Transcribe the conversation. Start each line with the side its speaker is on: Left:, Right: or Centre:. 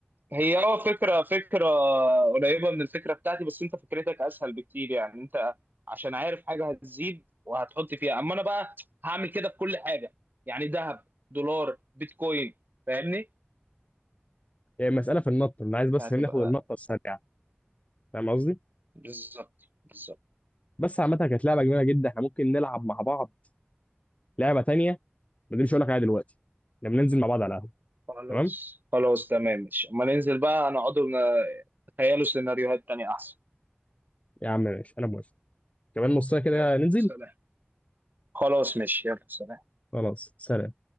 Right: هي اه فكره فكره قريبه من الفكره بتاعتي بس انت فكرتك اسهل بكتير يعني انت عشان عارف حاجه هتزيد وهتحط فيها اما انا بقى هعمل كده في كل حاجه يعني ذهب دولار بيتكوين فاهمني
Left: يعني مسألة في النط أنا عايز بس
Right: فهتبقى
Left: ناخد النقطة السريعة فاهم قصدي؟
Right: بالظبط بالظبط
Left: بس عامة كانت لعبة جميلة جدا احنا ممكن نلعب مع بعض لعبة تانية ما دي مش هقول لك عليها دلوقتي لما ننزل مع بعض على القهوة
Right: خلاص
Left: تمام؟
Right: خلاص تمام ماشي اما ننزل بقى نقعد ون- نتخيلوا سيناريوهات تانية احسن
Left: يا عم ماشي أنا موافق كمان نص ساعة كده
Right: يلا
Left: ننزل
Right: سلام خلاص ماشي يلا سلام
Left: خلاص سلام